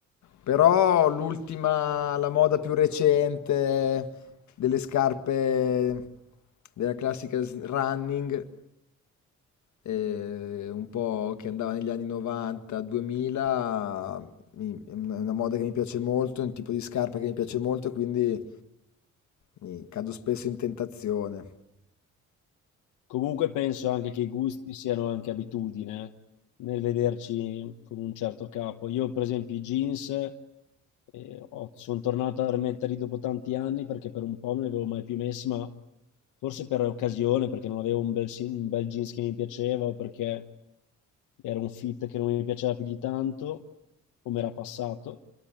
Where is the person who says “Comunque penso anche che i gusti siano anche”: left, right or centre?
Left